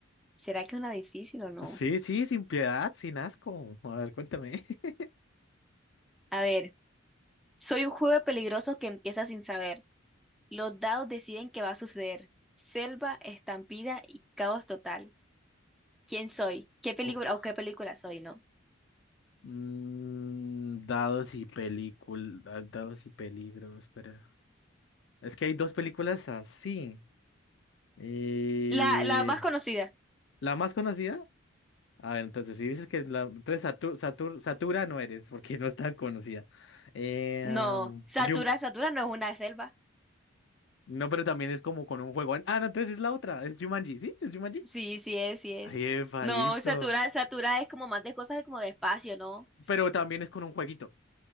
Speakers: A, in the centre; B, on the left (about 60°).
A: ¿será que una difícil o no?
B: Sí, sí, sin piedad, sin asco. A ver, cuéntame. <laughs>
A: A ver, soy un juego peligroso que empieza sin saber. Los dados deciden qué va a suceder. Selva, estampida y caos total. ¿Quién soy? ¿Qué película
B: <laughs>
A: o qué película soy, no?
B: Mm, dados y películas, dados y peligros, espera. Es que hay dos películas así. Eh,
A: La, la más conocida.
B: la más conocida. A ver, entonces, si dices que la. Entonces, Satur, Satur- Satura no eres, porque no es tan conocida. Eh,
A: No,
B: um,
A: Satura,
B: Jum-
A: Satura no es una selva.
B: No, pero también es como con un juego. Ah, no, entonces es la otra. Es Jumanji, ¿sí? ¿Es Jumanji?
A: Sí, sí es, sí es.
B: Ahí, epa,
A: No,
B: listo.
A: Satura, Satura es como más de cosas como de espacio, ¿no?
B: Pero también es con un jueguito.